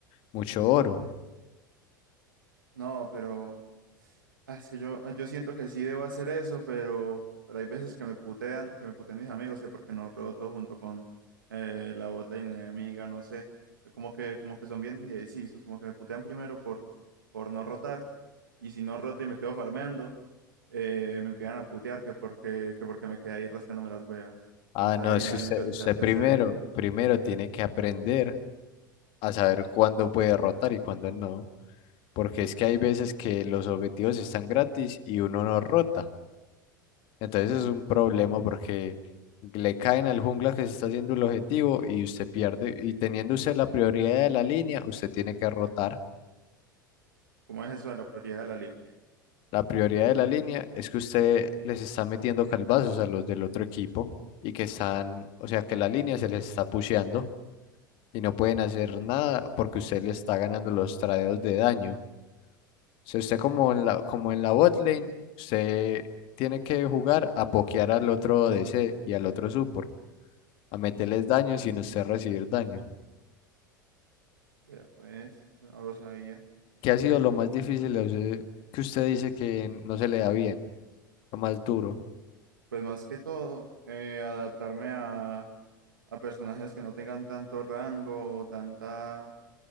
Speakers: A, on the left; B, on the right.
A: mucho oro.
B: No, pero ah, es que yo, ah, yo siento que sí debo hacer eso, pero, pero hay veces que me putean, que me putean mis amigos, que porque no roto junto con eh, la botlane enemiga, no sé. Como que, como que son bien indecisos, como que me putean primero por, por no rotar. Y si no roto y me quedo farmeando, eh, me empiezan a putear que porque, que porque me quedé ahí rascándome las huevas. Entonces
A: Ah, no,
B: ahí,
A: es que
B: ahí
A: usted,
B: me quedo sin
A: usted
B: saber qué
A: primero,
B: hacer.
A: primero tiene que aprender a saber cuándo puede rotar y cuándo no, porque es que hay veces que los objetivos están gratis y uno no rota. Entonces es un problema porque le caen al jungla que se está haciendo el objetivo y usted pierde. Y teniendo usted la prioridad de la línea, usted tiene que rotar.
B: ¿Cómo es eso de la prioridad de la línea?
A: La prioridad de la línea es que usted les está metiendo calvazos a los del otro equipo y que están, o sea, que la línea se les está pusheando. y no pueden hacer nada porque usted le está ganando los tradeos de daño. Si usted como en la, como en la bot lane, usted tiene que jugar a pokear al otro DC y al otro support, a meterles daño sin usted recibir daño.
B: Vea, pues, eso no lo sabía.
A: ¿Qué ha sido lo más difícil a usted que usted dice que no se le da bien, lo más duro?
B: Pues más que todo, eh, adaptarme a, a personajes que no tengan tanto rango o tanta,